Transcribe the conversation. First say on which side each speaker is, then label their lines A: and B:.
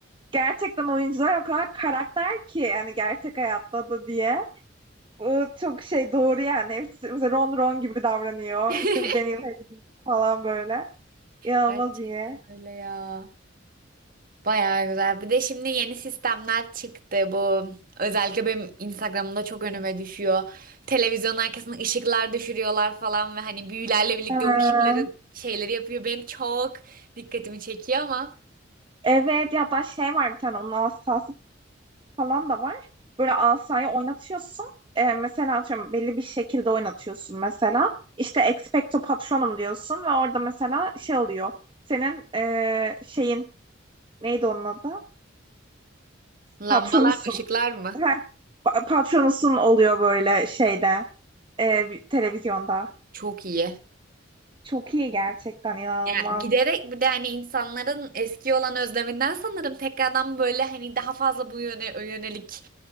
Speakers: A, on the right; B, on the right.
A: gerçekten oyuncular o kadar karakter ki hani gerçek hayatta da diye. O çok şey doğru yani. Hepsi mesela Ron Ron gibi davranıyor.
B: <laughs>
A: İşte Daniel Harris falan böyle. İnanılmaz
B: Gerçekten
A: iyi.
B: öyle ya. Bayağı güzel. Bir de şimdi yeni sistemler çıktı. Bu özellikle benim Instagram'da çok önüme düşüyor. Televizyonun arkasına ışıklar düşürüyorlar falan ve hani büyülerle birlikte
A: Ha,
B: o ışıkların şeyleri yapıyor. Benim çok dikkatimi çekiyor ama
A: evet ya da şey var bir tane onun asası falan da var. Böyle asayı oynatıyorsun. Ee, mesela atıyorum belli bir şekilde oynatıyorsun mesela. İşte Expecto Patronum diyorsun ve orada mesela şey oluyor senin eee, şeyin neydi onun adı?
B: lambalar
A: Patronusun.
B: mı ışıklar mı?
A: Heh, pa- patronusun oluyor böyle şeyde e, bir- televizyonda.
B: Çok iyi.
A: Çok iyi gerçekten inanılmaz.
B: Ya giderek bir de hani insanların eski olan özleminden sanırım tekrardan böyle hani daha fazla bu yöne yönelik